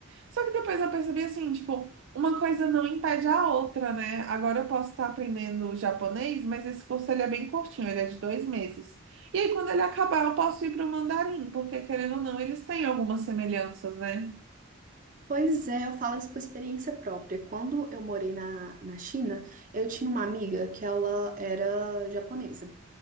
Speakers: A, on the right; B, on the right.
A: Só que depois eu percebi assim, tipo, uma coisa não impede a outra, né? Agora eu posso estar aprendendo japonês, mas esse curso ele é bem curtinho, ele é de dois meses. E aí, quando ele acabar, eu posso ir para o mandarim, porque querendo ou não, eles têm algumas semelhanças, né?
B: Pois é, eu falo isso por experiência própria. Quando eu morei na, na China, eu tinha uma amiga que ela era japonesa.